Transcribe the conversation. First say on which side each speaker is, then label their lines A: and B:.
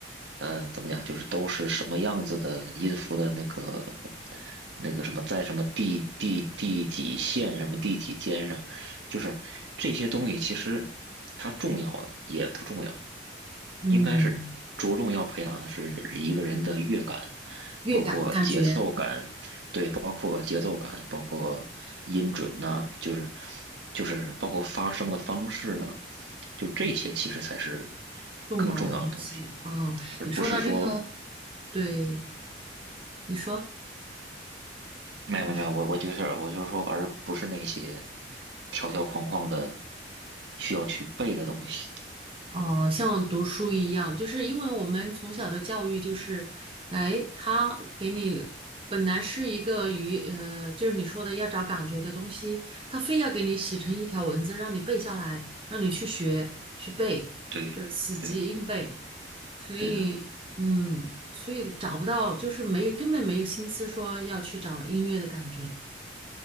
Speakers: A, on the right (about 75°); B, on the right (about 30°).
A: 呃，怎么讲就是都是什么样子的音符的那个那个什么在什么第第第几线什么第几间上，就是这些东西其实它重要也不重要。
B: 嗯，
A: 应该是着重要培养的是一个人的乐感，
B: 乐感感觉
A: 包括节奏感，对，包括节奏感，包括音准呐、就是就是包括发声的方式啊，就这些其实才是
B: 啊，重要的东西啊，
A: 更重要的东西，而不是说
B: 你说到这个，对，你说
A: 没有没有没有，
B: 你说。
A: 我我就是我就是说，而不是那些条条框框的需要去背的东西。
B: 哦，像读书一样，就是因为我们从小的教育就是，哎，他给你本来是一个鱼，呃，就是你说的要找感觉的东西，他非要给你写成一条文字，让你背下来，让你去学去背，
A: 对对
B: 就是死记硬背。所以，
A: 对的。
B: 嗯，所以找不到，就是没有，根本没有心思说要去找音乐的感觉。